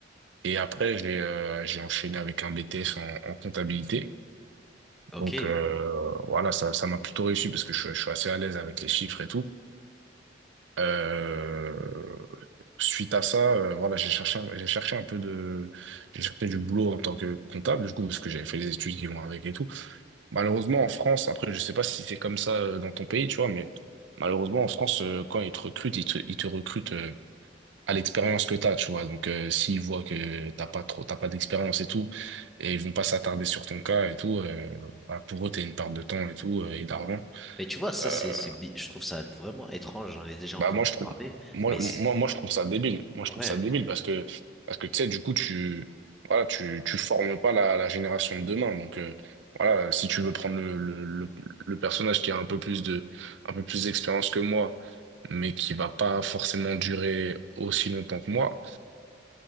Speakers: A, on the right; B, in the centre.
A: Et après, j'ai euh, j'ai enchaîné avec un BTS en en comptabilité.
B: Ok.
A: Donc euh, voilà, ça, ça m'a plutôt réussi parce que je, je suis assez à l'aise avec les chiffres et tout. Euh, suite à ça, euh, voilà, j'ai cherché, un- j'ai cherché un peu de, j'ai cherché du boulot en tant que comptable, du coup, parce que j'avais fait les études qui vont avec et tout. Malheureusement, en France, après, je sais pas si c'est comme ça euh, dans ton pays, tu vois, mais malheureusement, en France, euh, quand ils te recrutent, ils te, ils te recrutent. euh, à l'expérience que t'as, tu vois. Donc, euh, s'ils voient que t'as pas trop, t'as pas d'expérience et tout, et ils vont pas s'attarder sur ton cas et tout, euh, bah, pour eux, t'es une perte de temps et tout, euh, et d'argent.
B: Mais tu vois, ça,
A: Euh,
B: c'est, c'est, bi- je trouve ça vraiment étrange. J'en ai déjà entendu
A: bah, moi, je trouve,
B: parler,
A: moi,
B: mais c'est,
A: moi, moi, je trouve ça débile. Moi, je
B: ouais.
A: trouve ça débile parce que, parce que, tu sais, du coup, tu, voilà, tu, tu formes pas la, la génération de demain. Donc, euh, voilà, si tu veux prendre le, le, le, le personnage qui a un peu plus de, un peu plus d'expérience que moi, mais qui va pas forcément durer aussi longtemps que moi,